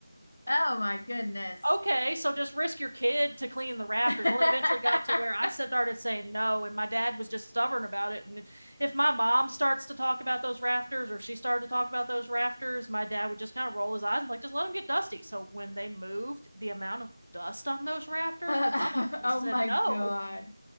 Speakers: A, on the left; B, on the right.
A: Oh my goodness.
B: okay, so just risk your kid to clean the rafters.
A: <laughs>
B: Well, it eventually got to where I started saying no, and my dad was just stubborn about it. And if my mom starts to talk about those rafters or she started to talk about those rafters, my dad would just kind of roll his eyes and be like, just let them get dusty. So when they moved, the amount of dust on those rafters,
A: Uh,
B: because my mom
A: <laughs>
B: just
A: oh
B: said
A: my
B: no,
A: God.